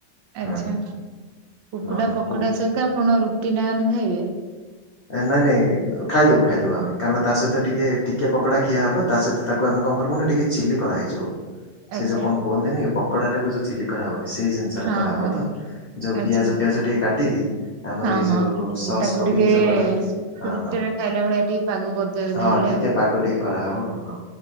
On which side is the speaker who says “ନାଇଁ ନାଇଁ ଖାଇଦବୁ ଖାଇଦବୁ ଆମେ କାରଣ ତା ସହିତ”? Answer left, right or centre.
Left